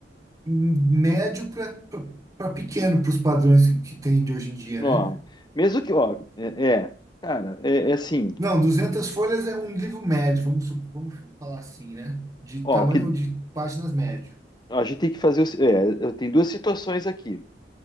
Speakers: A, on the right (about 20°); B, on the left (about 25°).
A: médio para pequeno, para os padrões que tem de hoje em dia,
B: Ó,
A: né?
B: mesmo que... Ó, é, é, cara, é, é assim...
A: Não, 200 folhas é um livro médio, vamos, su- vamos falar assim, né? De
B: Ó,
A: tamanho
B: o que
A: de páginas médio.
B: a gente tem que fazer... é o se- É, tem duas situações aqui.